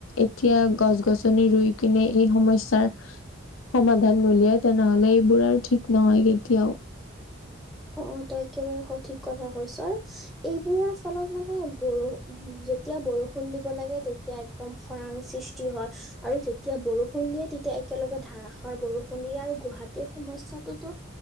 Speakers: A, on the left; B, in the centre.
A: এতিয়া গছ গছনি ৰুই কিনে এই সমস্যাৰ সমাধান নোলিয়াই তেনেহলে এইবোৰ আৰু ঠিক নহয় কেতিয়াও
B: অ তই একেবাৰে সঠিক কথা কৈছ আৰু এইবোৰৰ ফলত মানে ব যেতিয়া বৰষুণ দিব লাগে তেতিয়া একদম খৰাং সৃষ্টি হয় আৰু যেতিয়া বৰষুণ দিয়ে তেতিয়া একেলগে ধাৰাসাৰ বৰষুণ দিয় আৰু গুৱাহাটীৰ সমস্যটো